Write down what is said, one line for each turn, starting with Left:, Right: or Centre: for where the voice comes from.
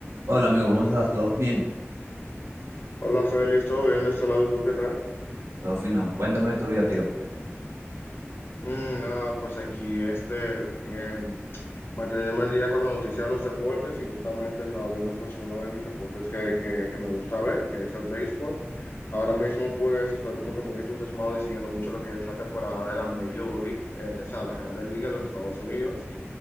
Right: Hola amigo, ¿cómo estás? ¿Todos bien?
Left: Hola Félix, ¿todo bien de este lado? ¿Y tú qué tal?
Right: Todo fino. Cuéntame de tu vida, tío.
Left: Mm, nada, pues aquí este, em, manteniéndome al día con la noticia de los deportes y justamente estaba viendo pues uno de mis deportes que, que, que me gusta ver, que es el béisbol. Ahora mismo pues estoy como que muy entusiasmado y siguiendo mucho lo que es la temporada de la Major League, eh, o sea, las grandes ligas de los Estados Unidos.